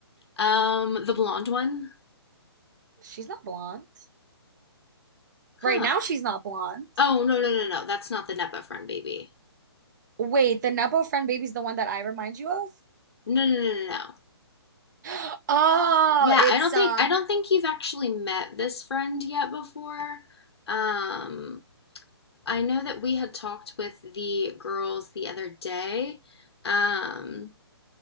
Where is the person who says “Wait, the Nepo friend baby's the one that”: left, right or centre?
Right